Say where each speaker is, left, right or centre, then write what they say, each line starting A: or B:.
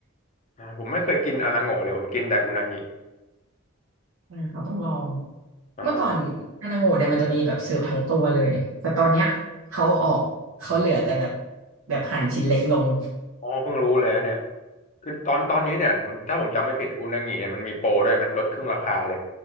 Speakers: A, on the left; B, on the right.
A: อ่าผมไม่เคยกินอานาโงะเลยผมกินแต่อุนางิ
B: นะคะต้องลอง
A: อ่า
B: เมื่อก่อนอานาโงะเนี่ยมันจะมีแบบเสิร์ฟทั้งตัวเลยแต่ตอนเนี้ยเขาออกเขาเหลือแต่แบบแบบหั่นชิ้นเล็กลง
A: อ๋อเพิ่งรู้เลยนะเนี่ยคือตอนตอนนี้เนี่ยผมถ้าผมจำไม่ผิดอุนางิเนี่ยมันมีโปรด้วยไหมลดครึ่งราคาเลย